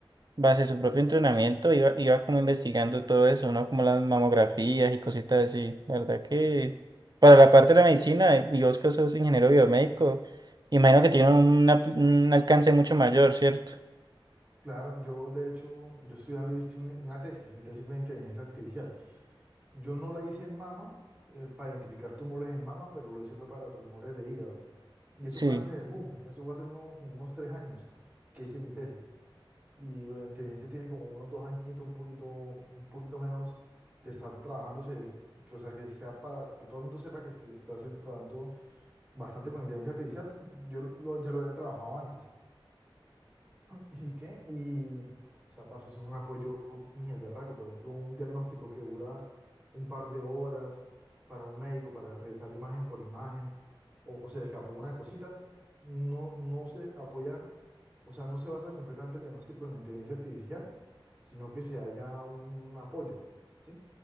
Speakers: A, on the right (about 50°); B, on the right (about 20°).
A: base su propio entrenamiento iba, iba como investigando todo eso, ¿no? Como las mamografías y cositas así. La verdad que para la parte de la medicina, eh, y vos que sos ingeniero biomédico, imagino que tiene una- un alcance mucho mayor, ¿cierto?
B: Claro, yo de hecho, yo estudiando hice una, una tesis, mi tesis fue en inteligencia artificial. Yo no la hice en mama, eh, para identificar tumores en mama, pero lo hice fue para tumores de hígado. Y eso
A: Sí,
B: fue antes del boom, eso fue hace unos, como unos tres años que hice mi tesis. Y lo de la inteligencia tiene como unos dos añitos, un poquito, un poquito menos de estar trabajándose, que, o sea, que sea para que todo el mundo sepa que se está haciendo trabajando bastante con inteligencia artificial. Yo lo- ya lo había trabajado antes ¿Y qué? Y, o sea, parce, eso es un apoyo ni el berraco. Por ejemplo, un diagnóstico que dura un par de horas para un médico para revisar imagen por imagen, o, o se le escapó una cosita, no, no se apoya, o sea, no se basa completamente el diagnóstico en la inteligencia artificial, sino que se haya un apoyo, ¿sí?